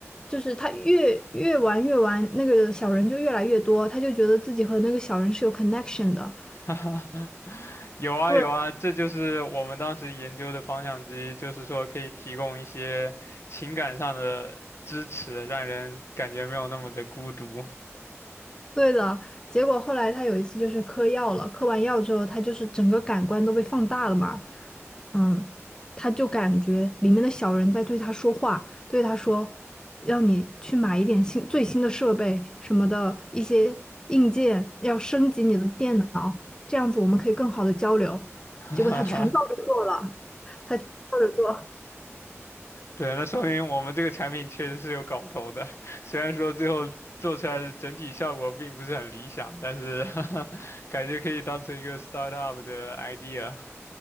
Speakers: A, on the left; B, on the left.
A: 就是他越越玩越玩，那个小人就越来越多，他就觉得自己和那个小人是有 connection 的。
B: <laughs> 有啊有啊，
A: 对
B: 这就是我们当时研究的方向之一，就是说可以提供一些情感上的支持，让人感觉没有那么的孤独。
A: 对的，结果后来他有一次就是嗑药了，嗑完药之后，他就是整个感官都被放大了嘛，嗯，他就感觉里面的小人在对他说话，对他说，让你去买一点新最新的设备什么的一些硬件，要升级你的电脑。这样子我们可以更好的交流。
B: <laughs>
A: 结果他全照着做了，照着做。
B: 对，那说明我们这个产品确实是有搞头的，虽然说最后做出来的整体效果并不是很理想，但是 <laughs> 感觉可以当成一个 startup 的 idea。